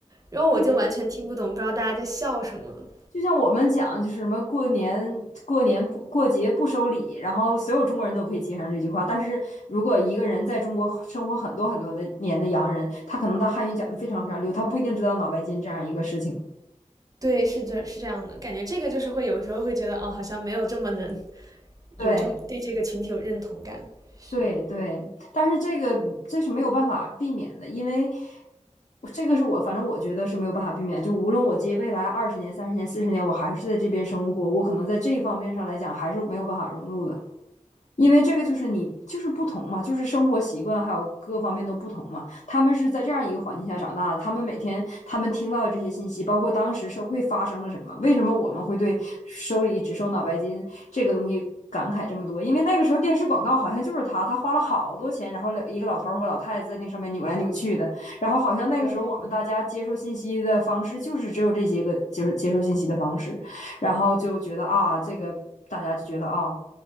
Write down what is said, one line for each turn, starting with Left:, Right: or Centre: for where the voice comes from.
Right: 然后我就完全听不懂，
Left: 对
Right: 不知道大家在笑什么。
Left: 就像我们讲，就是什么过年过年不过节不收礼，然后所有中国人都可以接上这句话。但是如果一个人在中国生活很多很多的年的洋人，他可能他汉语讲的非常非常溜，他不一定知道脑白金这样一个事情。
Right: 对，是这是这样的，感觉这个就是会有时候会觉得哦，好像没有这么能有这么对这个群体有认同感。
Left: 对
Right: 是，
Left: 对对，但是这个这是没有办法避免的，因为这个是我反正我觉得是没有办法避免，就无论我接未来二十年、三十年、四十年，我还是在这边生活，我可能在这一方面上来讲还是没有办法融入的。因为这个就是你就是不同嘛，就是生活习惯还有各方面都不同嘛。他们是在这样一个环境下长大的，他们每天他们听到的这些信息，包括当时社会发生了什么，为什么我们会对手里只收脑白金这个东西感慨这么多？因为那个时候电视广告好像就是他，他花了好多钱，然后两一个老头和老太太在那上面扭来扭去的，然后好像那个时候我们大家接受信息的方式就是只有这些个，
Right: 对，
Left: 就是接受信息的方式，然后就觉得啊，这个大家就觉得啊。